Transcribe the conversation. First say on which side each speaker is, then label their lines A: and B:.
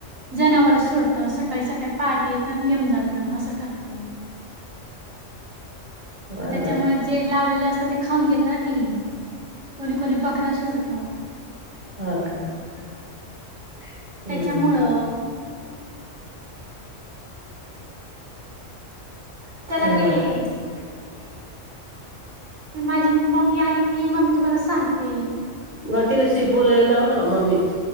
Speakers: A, on the right; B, on the right.
A: जनावर सोडत. सगळ सकाळी सकाळी पाहाटी येतन घेऊन जात, असं करत.
B: आता
A: त्याच्यामुळे
B: असं
A: जे लावलेलं असतं, ते खाऊन घेत ना ते. कोणी कोणी बकऱ्या सोडत.
B: हा का? हम्.
A: त्याच्यामुळं
B: ह
A: त्याला की
B: <unintelligible>
A: ती माझी मम्मी आली कि, म मी तुम्हाला सांगते.
B: म तिलाशि बोललायलाव ना मम्मी